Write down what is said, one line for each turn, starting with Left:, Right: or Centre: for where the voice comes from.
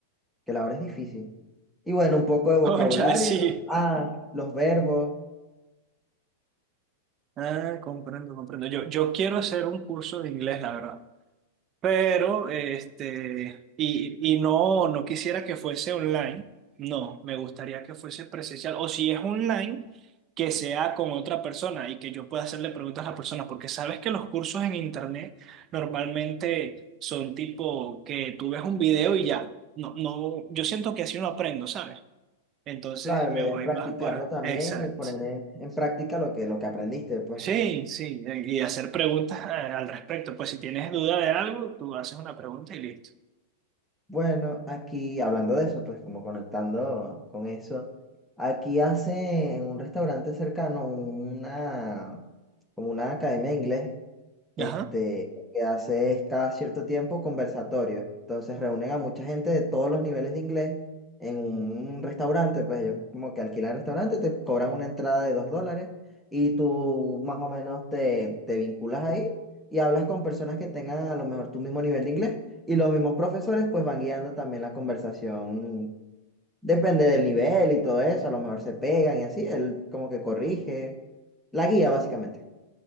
Centre: que la hora es difícil. Y bueno, un poco de
Right: <laughs> cónchale,
Centre: vocabulario,
Right: sí.
Centre: ah, los verbos.
Right: Ah, comprendo, comprendo. Yo, yo quiero hacer un curso de inglés, la verdad. Pero, este, y, y no, no quisiera que fuese online, no, me gustaría que fuese presencial, o si es online, que sea con otra persona y que yo pueda hacerle preguntas a la persona, porque sabes que los cursos en internet normalmente son tipo que tú ves un video y ya, no, no, yo siento que así no aprendo, ¿sabes? Entonces
Centre: Claro,
Right: me
Centre: la idea
Right: voy
Centre: es practicarlo
Right: más por...
Centre: también
Right: Exacto.
Centre: y poner en, en práctica lo que, lo que aprendiste, pues.
Right: Sí, sí, y hacer preguntas eh, al respecto, pues si tienes duda de algo, tú haces una pregunta y listo.
Centre: Bueno, aquí hablando de eso, pues como conectando con eso, aquí hace en un restaurante cercano una, como una academia de inglés. este,
Right: Ajá.
Centre: lo que hace es cada cierto tiempo conversatorios. Entonces reúnen a mucha gente de todos los niveles de inglés en un restaurante, pues ellos como que alquilan el restaurante, te cobran una entrada de dos dólares y tú más o menos te, te vinculas ahí y hablas con personas que tengan a lo mejor tu mismo nivel de inglés y los mismos profesores pues van guiando también la conversación. Depende del nivel y todo eso, a lo mejor se pegan y así, él como que corrige, la guía básicamente.